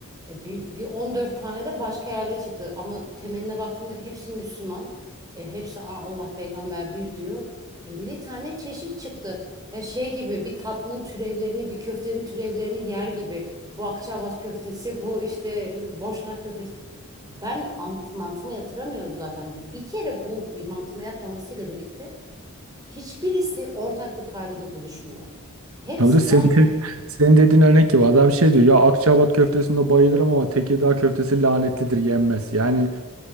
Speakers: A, on the right; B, on the right.
A: e, Bir, bir 14 tane de başka yerde çıktı. Ama temeline baktığımda hepsi Müslüman. E, hepsi "Aa, Allah peygamber bir diyor. 50 tane çeşit çıktı. Ya şey gibi bir tatlının türevlerini bir köftenin türevlerini yer gibi. Bu Akçaabat köftesi bu işte e, Boşnak köftesi. Ben ant, mantıma yatıramıyorum zaten. Bir kere bu mantıma yatmamasıyla birlikte Hiçbirisi ortak bir paydada buluşmuyor. Hepsi
B: Tabii de senin,
A: sanki
B: de- <laughs> senin dediğin örnek gibi adam şey diyor ya Akçaabat köftesinde bayılırım ama Tekirdağ köftesi lanetlidir yenmez. Yani